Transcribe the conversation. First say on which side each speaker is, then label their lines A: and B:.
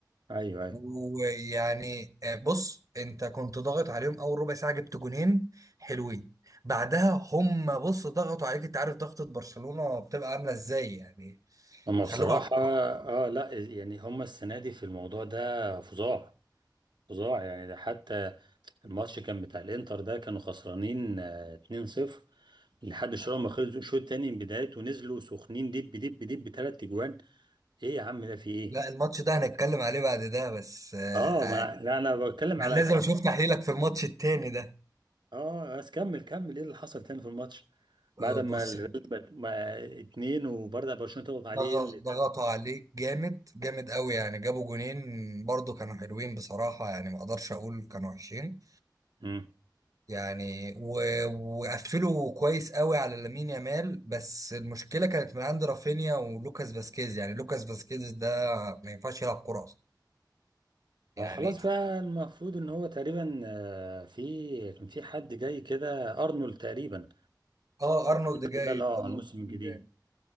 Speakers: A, on the right; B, on the right.
A: ايوه ايوه
B: ويعني آه، بص انت كنت ضاغط عليهم اول ربع ساعه جبت جونين حلوين بعدها هم بص ضغطوا عليك انت عارف ضغطه برشلونه بتبقى عامله ازاي يعني
A: هم
B: خلوكوا
A: بصراحة
B: عارف
A: اه لا يعني هم السنة دي في الموضوع ده فظاع فظاع يعني ده حتى الماتش كان بتاع الانتر ده كانوا خسرانين آه، 2-0 لحد شويه ما خلصوا الشوط التاني من بدايته ونزلوا سخنين دب دب دب بثلاث اجوان ايه يا عم ده في ايه؟
B: لا الماتش ده هنتكلم عليه بعد ده بس آه،
A: اه
B: آه،
A: ما أنا- لا انا بتكلم على
B: انا لازم
A: كم
B: اشوف تحليلك في الماتش التاني ده
A: اه بس كمل كمل ايه اللي حصل تاني في الماتش؟ بعد
B: آه،
A: ما
B: بص
A: الريال بقت- ما اتنين وبرضه برشلونه تضغط عليه
B: ضغ-
A: ايه اللي كان؟
B: ضغطوا عليك جامد جامد قوي يعني جابوا جونين برضو كانوا حلوين بصراحه يعني ما اقدرش اقول كانوا وحشين
A: مم.
B: يعني و... وقفلوا كويس قوي على لامين يامال بس المشكله كانت من عند رافينيا ولوكاس فاسكيز يعني لوكاس فاسكيز ده ما ينفعش يلعب كوره اصلا
A: اه
B: يعني
A: خلاص بقى المفروض ان هو تقريبا آه، في كان في حد جاي كده ارنولد تقريبا
B: اه ارنولد
A: لا
B: جاي
A: لا على
B: ارنولد
A: الموسم الجديد
B: جاي